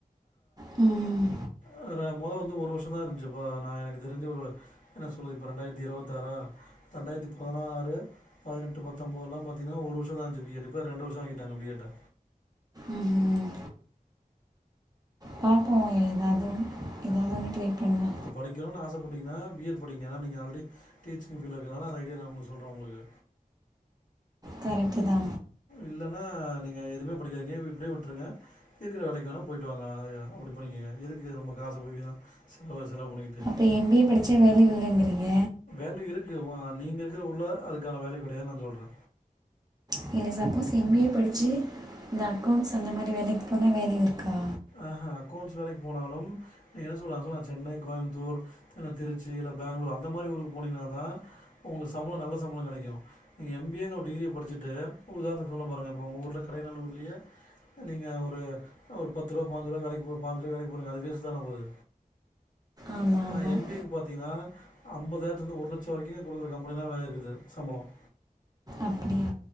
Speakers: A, on the right; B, on the left.
A: ம்
B: அடடா மொத வந்து ஒரு வருஷந்தா இருந்ச்சுப்பா நா எனக் தெரிஞ்சு ஒரு என்ன சொல்றது இப்ப ரெண்டாயிரத்தி இருபத்தாறா ரெண்டாயிரத்தி பதினாறு பதினெட்டு பத்தோம்போதுலா பாத்தீங்கனா ஒர் வருஷ தா இந்துச்சு பி எட் இப்போ ரண்டு வர்ஷோ ஆகிட்டாங்க பி எட்ட
A: ம் ம் பாப்போ ஏதாவ்து ஏதாவ்து ஒன் ட்ரை பண்லா
B: படிக்கணுனு ஆசப்பட்டிங்கனா பி எட் படிங்க ஏனா நீங்க ஆல்ரெடி டீச்சிங் ஃபீல்டில் இருக்கனால ஐடியா நா உங்ளுக்கு சொல்றே உங்ளுக்கு
A: கரெக்ட் தா
B: இல்லனா நீங்க எதுமே படிக்காதீங்க இப்டியே விட்ருங்க இருக்குற வேலக்கு வேணா போயிட்டு வாங்க அப்டி பண்ணிக்கோங்க எதுக்கு நம்ம காசு போய் வீணா செலவு செலவு பண்ணிக்கிட்டு
A: இப்ப எம் பி ஏ படிச்சா வேல்யூ இல்லங்கிறீங்க
B: வேல இருக்கு ஓ நீங்க இருக்குற உள்ள அதுக்கான வேல கெடையாது நா சொல்றே
A: நீங்க சப்போஸ் எம் பி ஏ படிச்சு இந்த அக்கௌண்ட்ஸ் அந்த மாரி வேலக்கு போனா வேல்யூ இருக்கா
B: ஆஹா அக்கௌண்ட்ஸ் வேலைக் போனாலு நீ என்ன சொல்ற ந சென்னை கோயம்த்தூர் திருச்சி இல்ல பேங்களூர் அந்த மாரி ஊருக்கு போனீங்கனா தா உங்ளுக்கு சம்பளம் நல்ல சம்பள கெடைக்கு நீங்க எம் பி ஏ னு ஒரு டிகிரிய படிச்சுட்டு உதாரண சொல்றே பாருங்க இப்போ உங்கள் ஊர்ல கடயநல்லூர்லயே நீங்க ஒரு ஒரு பத்து ரூபா பாஞ்சு ரூபா கடை போ பாஞ்சுரூவா கடைக்போ அது பேச தானே போது
A: ஆமாம்
B: ஆனா
A: ஆமாம்
B: எம் பி ஏ க்கு பாத்தீங்கனா ஐம்பதாயிரத்துலருந்து ஒரு லட்ச வரைக்கு குடுக்குற கம்பெனிலா வேற இருக்குது சம்பளம்
A: அப்டியா